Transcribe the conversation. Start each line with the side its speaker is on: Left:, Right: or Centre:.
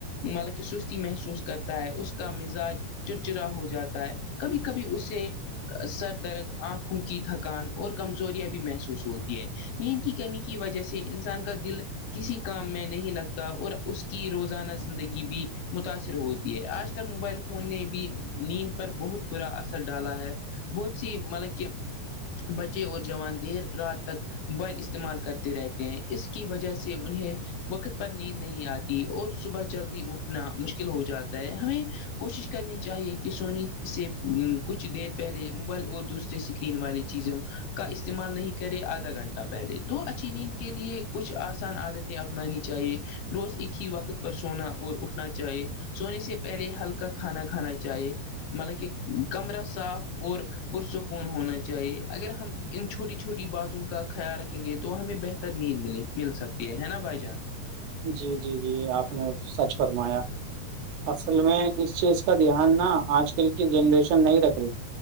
Left: مطلب سستی محسوس کرتا ہے اس کا مزاج چڑچڑا ہو جاتا ہے کبھی کبھی اسے سر درد آنکھوں کی تھکان اور کمزوریاں بھی محسوس ہوتی ہے میند کی کمی کی وجہ سے انسان کا دل کسی کام میں نہیں لگتا اور اس کی روزانہ زندگی بھی متاثر ہوتی ہے آج کل موبائل فون نے بھی نیند پر بہت برا اثر ڈالا ہے بہت سی مطلب کہ بچے اور جوان دیر رات تک بل استعمال کرتے رہتے ہیں اس کی وجہ سے انہیں وقت پر نیند نہیں آتی اور صبح جلدی اٹھنا مشکل ہو جاتا ہے ہمیں کوشش کرنی چاہیے کہ سونے سے کچھ دیر پہلے موبائل اور دوسرے اسکرین والی چیزوں کا استعمال نہیں کرے آدھا گھنٹہ پہلے تو اچھی نیند کے لیے کچھ آسان عادت اپنانی چاہیے روز ایک ہی وقت پر سونا اور اٹھ چاہیے سونے سے پہلے ہلکا کھانا کھانا چاہیے مطلب کہ کمر صاف اور پرسکون ہونا چاہیے اگر ہم ان چھوٹی چھوٹی باتوں کا خیال رکھیں گے تو ہمیں بہتر نیند م مل سکتی ہے نا بھائی جان
Right: جی جی جی آپ نے سچ فرمایا اصل میں اس چیز کا دھیان نا آج کل کی جنریشن نہیں رکھ رہی